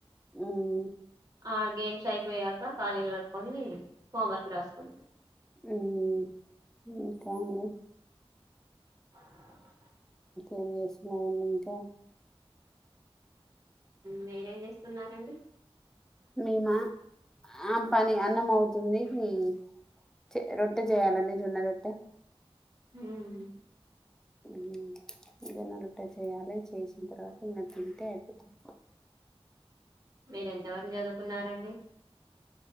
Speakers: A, in the centre; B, on the right (about 35°).
A: ఉమ్,
B: ఆ గేమ్ స్ అయిపోయాక కలుజేతులు కడుక్కొని హోంవర్క్ రాసుకుంటరు
A: ఉమ్ ఇంకా అండి
B: <inaudible>
A: ఎం జెస్తున్నారు అండి ఇంకా
B: మీరేం జేస్తున్నారండి
A: మీమా ఆ పని అన్నం అవుతుంది హ్మ్ చె రొట్టె చేయాలండి జొన్న రొట్టె
B: హ్మ్
A: మ్మ్ జొన్న రొట్టె చేయాలి చేసిన తర్వాత న తింటే అయిపోతది
B: మీరు ఎంతవరకు చదువుకున్నారండి